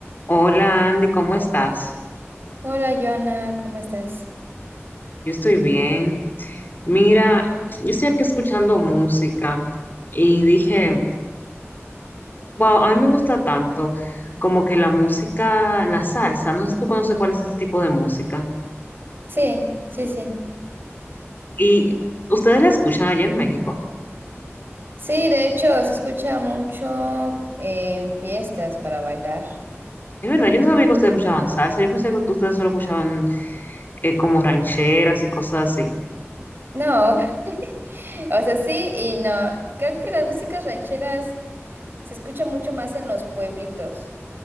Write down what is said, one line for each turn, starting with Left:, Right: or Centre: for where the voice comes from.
Left: Hola Andy, ¿cómo estás?
Right: Hola, Joana, ¿cómo estás?
Left: Yo estoy bien. Mira, yo estoy aquí escuchando música y dije, wow, a mí me gusta tanto como que la música, la salsa, no sé si tú conoces cuál es ese tipo de música.
Right: Sí, sí, sí.
Left: Y ustedes la escuchan allá en México.
Right: Sí, de hecho, se escucha mucho en fiestas para bailar.
Left: Es verdad, yo no sabía que ustedes escuchaban salsa, yo pensé que ustedes solo escuchaban eh, como rancheras y cosas así.
Right: No, <laughs> o sea, sí y no. Creo que las músicas rancheras se escucha mucho más en los pueblitos,